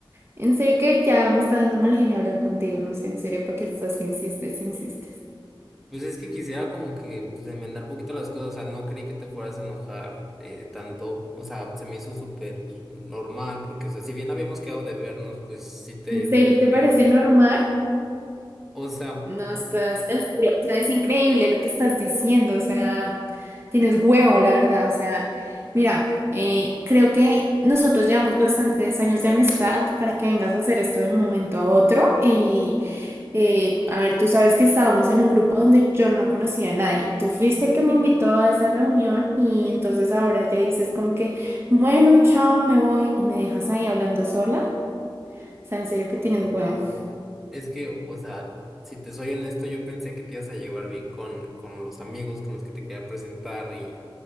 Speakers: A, on the right (about 25°); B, in the centre.
A: En serio que ya me está dando mal genio hablar contigo, no sé, en serio, ¿para qué estás que insistes, insistes?
B: Pues es que quisiera como que pues enmendar un poquito las cosas, o sea, no creí que te fueras a enojar eh, tanto, o sea, se me hizo súper normal porque, o sea, si bien habíamos quedado de vernos, pues sí te
A: ¿En serio
B: dije
A: te parece
B: que,
A: normal?
B: o sea...
A: No, estás, en serio, o sea, es increíble lo que estás diciendo, o sea, tienes huevo, la verdad, o sea, mira, eh, creo que nosotros llevamos bastantes años de amistad para que vengas a hacer esto de un momento a otro y, eh, a ver, tú sabes que estábamos en un grupo donde yo no conocía a nadie, tú fuiste el que me invitó a esa reunión y entonces ahora ya dices como que, bueno, chao, me voy y me dejas ahí hablando sola, o sea, en serio que tienes
B: Ay,
A: huevo.
B: no. Es que, o sea, si te soy honesto, yo pensé que te ibas a llevar bien con, con los amigos con los que te quería presentar y